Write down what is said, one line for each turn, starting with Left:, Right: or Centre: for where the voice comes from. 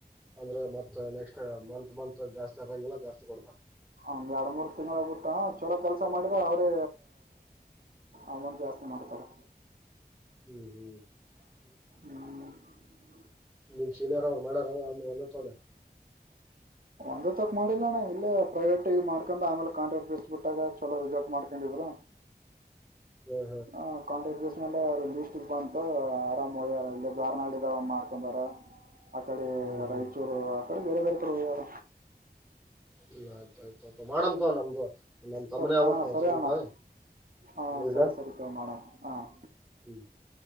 Centre: ಅಂದ್ರೆ ಮತ್ ನೆಕ್ಸ್ಟ್ ಮಂತ್ ಮಂತ್ ಜಾಸ್ತಿ ಆದದಂಗಿಲ್ಲ ಜಾಸ್ತಿ ಕೊಡ್ತಾನ
Right: ಹಗೆ ಎರಡು ಮೂರು ತಿಂಗಳ <unintelligible> ಹ ಚಲೋ ಕೆಲಸ ಮಾಡಿದ್ರೆ ಅವರೇ ಅಮೌಂಟ್ ಜಾಸ್ತಿ ಮಾಡ್ತಾರೆ.
Centre: ಹ್ಮ್ ಹ್ಮ್ <inaudible>
Right: ಹ್ಮ್ <inaudible>
Centre: ನಿಮ್ ಸೀನಿಯರ್ ಅವ್ರು ಮಾಡ್ಯಾರ ಆಮೇಲೆ ಒಂದ ಚಲ
Right: ಒಂದ ತಕ್ ಮಾಡಿಲ್ಲಣ್ಣ ಇಲ್ಲೇ ಪ್ರೈವೇಟ್ ಮಾಡ್ಕೊಂಡ ಆಮೇಲೆ ಕಾಂಟ್ರಾಕ್ಟ್ ಬೇಸ್ ಬಿಟ್ಟಾಗ ಚಲೋ ರಿಸಲ್ಟ್ ಮಾಡ್ಕೊಂಡಿದ್್ರ
Centre: ಹ್ಮ್
Right: ಹ ಕಾಂಟ್ರಾಕ್ಟ್ ಅವ್ರು ಲೀಟ್ ಬಂತು ಆರಾಮ್ ಹೋಗ್ಯಾರ ಇಲ್ಲ ದವಾರ್ನಾಡ ಇದ್ ಮಾಡ್ಕೊಂಡಾರ ಅಕಡೆ
Centre: ಹ್ಮ್ ಹ್ಮ್ ಹ್ಮ್
Right: ರಾಯಚೂರು ಅಕಡೆ ಬೇರೆ ಬೇರೆ ಕಡೆ ಹೋಗ್ಯಾರ
Centre: ಹ್ಮ ಆಯ್ತ ಆಯ್ತ ಆಯ್ತ ಮಾಡಮತ್ ನಮ್ದು ನಮ್ ತಮ್ಮನೇ
Right: ಸರ್
Centre: ಆಬಕ್
Right: ಹಾಂ ಸರಿ
Centre: ಸ್ವಂತ
Right: ಅಣ್ಣ ಹಾಂ
Centre: ಇಲ್ಲ
Right: ಸರಿ ಸರಿ ಮಾಡೋಣ ಹಾಂ
Centre: ಹ್ಮ ಇಡ್ಲಾ